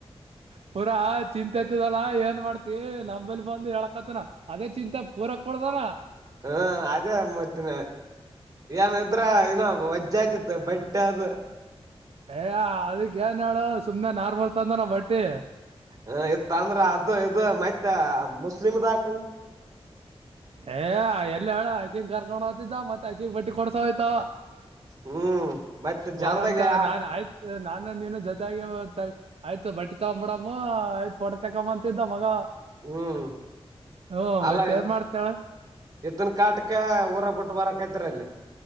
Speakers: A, on the right (about 70°); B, on the right (about 35°).
A: ಪೂರಾ ಚಿಂತೆತದಲ್ಲ ಏನ್ ಮಾಡ್ತಿ ನಂಬಲ್ಲಿ ಬಂದು ಹೇಳಕತನ ಅದೇ ಚಿಂತೆ ಪೂರ ಕುಡ್ದಾನ
B: ಹಾ ಅದೇ ಮತ್ತಿನ ಏನ್ ಇದ್ರ ಏನೋ ವಜ್ಜೆ ಆಯ್ತಿತ್ತು ಬಟ್ಟೆ ಅದು
A: ಯ ಅದಕ್ ಏನ್ ಹೇಳ ಸುಮ್ನೆ ನಾರ್ಮಲ್ ತಂದ ಬಟ್ಟಿ
B: ಹ ಇತ್ ಅಂದ್ರ ಅದು ಇದು ಮೈತ್ ಮುಸ್ಲಿಮದಾಗ
A: ಏ ಎಲ್ಲಿ ಹೇಳಳ ಆಕಂಗ ಕರ್ಕೊಂಡ್ ಹೋಗ್ತಿದ್ದ ಮತ್ತೆ ಆಕಿ ಬಡ್ಟ್ಟಿ ಕೊಡ್ಸ ಹ್ ತ್ತ
B: ಹ್ಮ್ ಮತ್ತ ಜನ್ದಾಗ
A: ಮರಾಮಕ
B: ಯಾ-
A: ನಾನ್ ಆಯ್ತು ನಾನು ನೀನು ಜೊತೆಗ ಆಯ್ತು ಬಟ್ಟಿ ತಗೊಬ ಬಿಡಮ್ಮ್ ಆಯ್ತ್ ಫೋ ತಕೊ ಅಂತ ಇದಿದ್ದ ಮಗ
B: ಹ್ಮ್
A: ಹ್ಞೂ
B: ಅಲ್ಲ
A: ಮತ್ ಏನ್ ಮಾಡ್ತೇಳ
B: ಇತನ್ ಕಾಟ ಊರ ಬಿಟ್ಟು ಬರಕ್ತ್ರಿ ಅಲ್ಲಿ